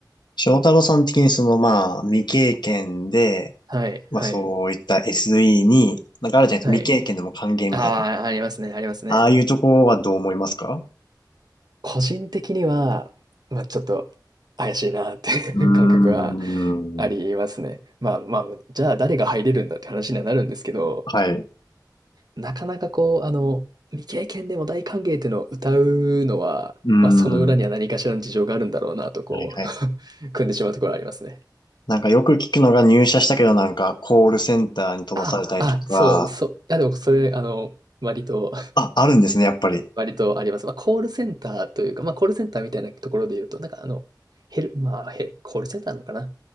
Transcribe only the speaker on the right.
はい、
はい。
はい。
ああ、ありますね、ありますね。
個人的には、まあ、ちょっと怪しいなっていう
<laughs> 感覚はありますね。まあまあ、じゃあ誰が入れるんだって話にはなるんですけど、
なかなかこう、あの、未経験でも大歓迎っていうのを歌うのは、
まあその裏には何かしらの事情があるんだろうなとこ
う、<laughs> 組んでしまうところはありますね。
あ、あ、そう、そう、いやでもそれ、あの、割と
割とあります。まあ、コールセンターというか、まあ、コールセンターみたいなところで言うと、なんかあの、ヘル、まあ、ヘ、コールセンターなのかな。